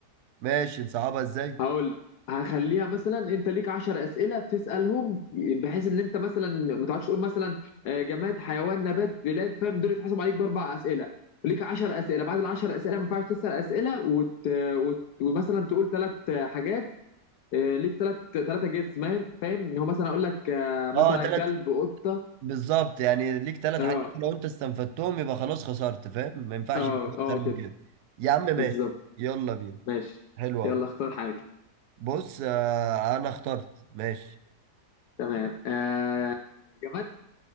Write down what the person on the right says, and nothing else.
ماشي نصعبها ازاي
اه تلات
بالظبط يعني ليك تلات
حاجات لو انت استنفدتهم يبقى خلاص خسرت فاهم ما ينفعش
تجيب اكتر
من
كده يا عم ماشي
يلا بينا
حلو
قوي
بص آه انا اخترت ماشي